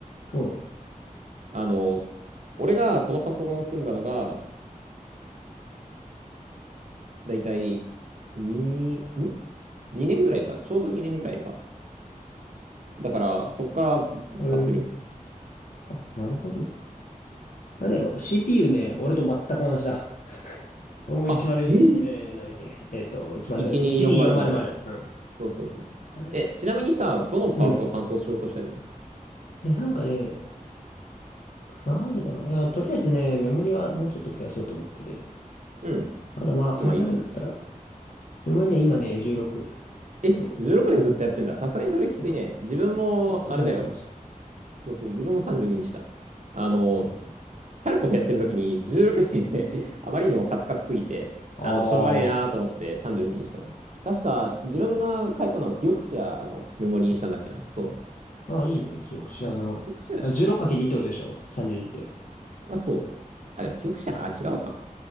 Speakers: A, on the left (about 70°); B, on the right (about 60°).
A: うん。
B: あの、俺がこのパソコンを組んだのが、だいたい2、ん ?2 年ぐらいか。ちょうど2年ぐらいか。だから、そっからずっと使ってる。
A: えー、あ、なるほど。あれだよ、CPU ね、俺と全く同じだ。<laughs> 俺も10、
B: あ、へえ、
A: えー、なんだっけ、えっと、10、
B: 12400。
A: 12400。うん。
B: そうそうそう。
A: あれ
B: え、ちなみにさ、どのパーツを完走しようとしてんの
A: うん。いや、なんかね、何かな。いや、とりあえずね、メモリはもうちょっと増やそうと思ってて。
B: うん。
A: あとまあ、買い替えるんだったら、
B: 今いくつ
A: メモリね、今ね、16
B: え、
A: と、
B: 16でずっとやってんだ。さすがにそれきついね。
A: うん、
B: 自分も、
A: ちょっと32です。
B: あれだよ。そうそう、自分も32ににした。あの、
A: うん
B: タルコフやってる時に16で <laughs> あまりにもカツカツすぎて、
A: あ
B: あの、しょうがねえなーと思って32ににしたの。確か、自分が変えたのは記憶者のメモリにしたんだっけな。そう。
A: あ、あ、いいね、記憶し、
B: 確か、
A: あの、
B: 記憶者だよ。
A: あ 16×2 ってことでしょ ?32 って。
B: あ、そう。あ、でも記憶者、あ、違うか。